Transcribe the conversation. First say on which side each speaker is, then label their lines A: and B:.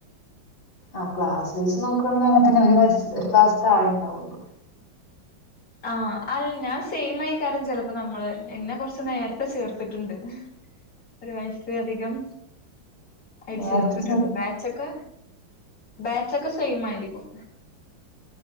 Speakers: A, on the left; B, on the left.
A: ആ ക്ലാസ്സ് നോക്കുകയാണെങ്കിൽ അങ്ങനെ തന്നെ ഒരു ഒരു ക്ലാസ്സതാഴെ ഉണ്ടാവുള്ളു
B: ആഹ അല്ല ഞാൻ സെയിം ആയി കാരണം ചിലപ്പോ നമ്മള് എന്നെ കൊറച്ച നേരത്തെ ചേർത്തിട്ടുണ്ട് ഒരു വയസില അധികം അടിച്ചുർത്തിട്ടുണ്ട്
A: നേരത്തെ ചേർത്തിനെ
B: ബാച്ചൊക്കെ ബാച്ചൊക്കെ സെ ആയിരിക്കും